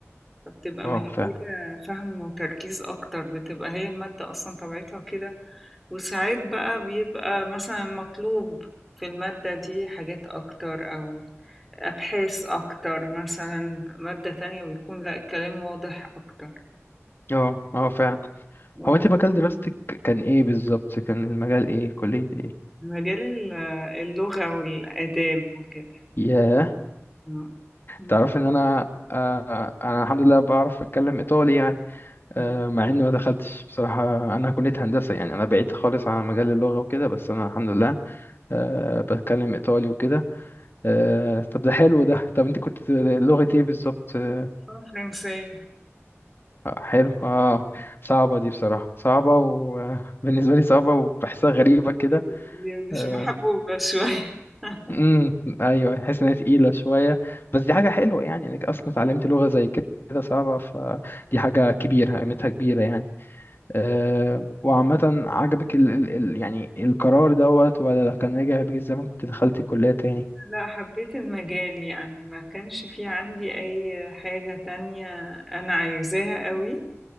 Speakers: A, in the centre; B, on the left (about 50°).
A: فبتبقى
B: اه
A: محتاجة
B: فعلا
A: فهم وتركيز أكتر بتبقى هي المادة أصلا طبيعتها كده وساعات بقى بيبقى مثلا مطلوب في المادة دي حاجات أكتر أو أبحاث أكتر مثلا مادة تانية بيكون لأ الكلام واضح أكتر
B: اه اه فعلا
A: اه
B: هو انت مجال دراستك كان ايه بالظبط كان المجال ايه كلية ايه
A: مجال ال- اللغة والآداب وكده
B: ياه
A: م. م.
B: تعرف ان انا آه انا الحمد لله بعرف اتكلم ايطالي يعني آه
A: م.
B: مع اني ما دخلتش بصراحة انا كلية هندسة يعني انا بعيد خالص عن مجال اللغة وكده بس انا الحمد لله آه بتكلم ايطالي وكده آه طب ده حلو ده طب انت كنت لغة ايه بالظبط آه
A: اللغة الفرنسية دي
B: حلو اه صعبة دي بصراحة صعبة وبالنسبة لي صعبة وبحسها غريبة كده
A: <laughs> مش
B: آه،
A: محبوبة شوية <laughs>
B: امم ايوه حاسس ان هي تقيله شويه بس دي حاجه حلوه يعني انك اصلا اتعلمت لغه زي كده صعبه فدي حاجه كبيره قيمتها كبيره يعني أه وعامه
A: م.
B: عجبك ال ال ال يعني القرار دوت ولا لو كان رجع بيك الزمن كنت دخلت كليه تاني
A: لا حبيت المجال يعني ما كانش في عندي أي حاجة تانية أنا عايزاها قوي